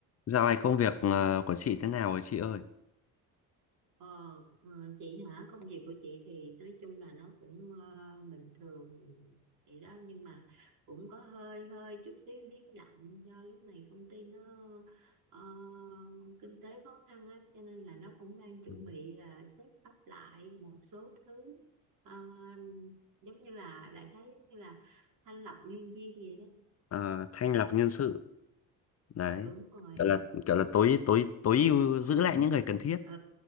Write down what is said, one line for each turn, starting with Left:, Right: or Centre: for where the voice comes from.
Left: Dạo này công việc ờ, của chị thế nào rồi chị ơi?
Right: Ờ, ờ, chị hả công việc của chị thì nói chung là nó cũng ờ, bình thường vậy đó nhưng mà cũng có hơi hơi chút xíu biến động do lúc này công ty nó ờ, kinh tế khó khăn á cho nên là nó cũng đang chuẩn
Left: Ừ.
Right: bị là set up lại một số thứ Ờ, giống như là đại khái giống như là thanh lọc nhân viên gì đó
Left: Ờ, thanh lọc nhân sự đấy
Right: đúng rồi
Left: kiểu là kiểu là tối tối tối ưu giữ lại những người cần thiết
Right: ừ